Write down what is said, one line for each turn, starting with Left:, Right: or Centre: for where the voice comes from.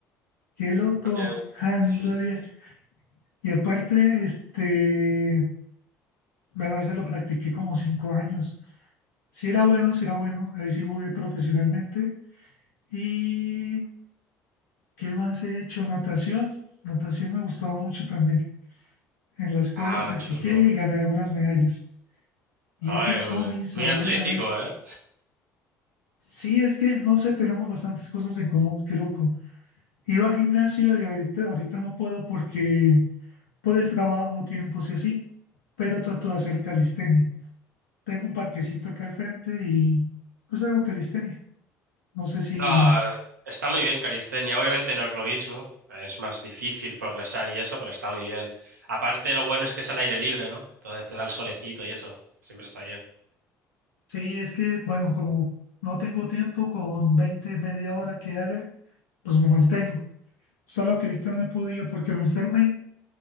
Left: qué loco,
Right: Porque...
Left: <laughs> ah, no
Right: Sí,
Left: sabía.
Right: sí.
Left: Y aparte, este, bueno, ya lo practiqué como cinco años. Sí era bueno, sí era bueno, ahí sí jugué profesionalmente. ¿Y qué más he hecho? Natación, natación me gustaba mucho también. En la escuela
Right: Ah,
Left: practiqué
Right: chulo.
Left: y gané algunas medallas. Y
Right: Ay,
Left: otros
Right: muy
Left: hobbies,
Right: muy
Left: a
Right: atlético,
Left: ver, a ver.
Right: ¿eh?
Left: Sí, es que no sé, tenemos bastantes cosas en común, qué loco. Iba al gimnasio y ahorita, ahorita no puedo porque por el trabajo, tiempos y así, pero trato de hacer calistenia. Tengo un parquecito acá al frente y pues hago calistenia. No sé si,
Right: No, está muy bien calistenia. Obviamente no es lo mismo. Es más difícil progresar y eso, pero está muy bien. Aparte, lo bueno es que es al aire libre, ¿no? Entonces te da el solecito y eso. Siempre está bien.
Left: sí, es que, bueno, como no tengo tiempo, con 20 media hora que haga, pues me mantengo. Solo que ahorita no he podido porque me enfermé